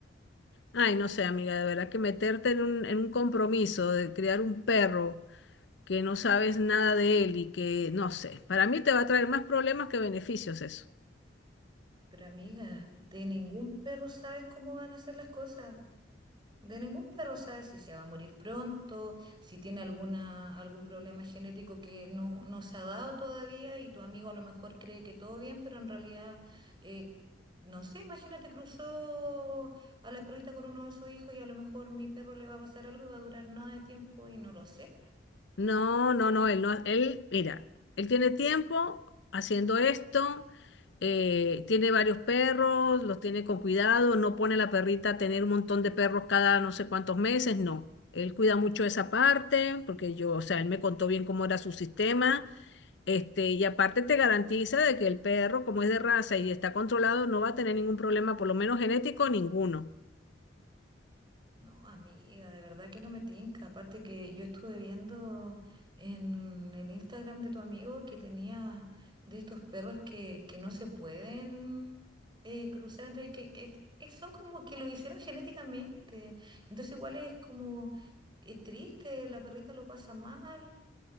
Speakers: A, on the left; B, on the right.
A: Ay, no sé, amiga, de verdad que meterte en un, en un compromiso de criar un perro que no sabes nada de él y que, no sé, para mí te va a traer más problemas que beneficios eso.
B: Pero amiga, de ningún perro sabes cómo van a hacer las cosas. De ningún perro sabe si se va a morir pronto, si tiene alguna, algún problema genético que no, no se ha dado todavía y tu amigo a lo mejor cree que todo bien, pero en realidad, eh, no sé, imagínate cruzó a la perrita con uno de sus hijos y a lo mejor mi perro le va a pasar algo y va a durar nada de tiempo y no lo sé.
A: No, no, no, él no, él, mira, él tiene tiempo haciendo esto, eh, tiene varios perros, los tiene con cuidado, no pone a la perrita a tener un montón de perros cada no sé cuántos meses, no. Él cuida mucho esa parte, porque yo, o sea, él me contó bien cómo era su sistema, este, y aparte te garantiza de que el perro, como es de raza y está controlado, no va a tener ningún problema, por lo menos genético, ninguno.
B: No, amiga, de verdad que no me tinca. Aparte que yo estuve viendo en el Instagram de tu amigo que tenía de estos perros que, que no se pueden eh, cruzar entre ellos, que, que es- son como que lo hicieron genéticamente. Entonces igual es como eh, triste, la perrita lo pasa mal.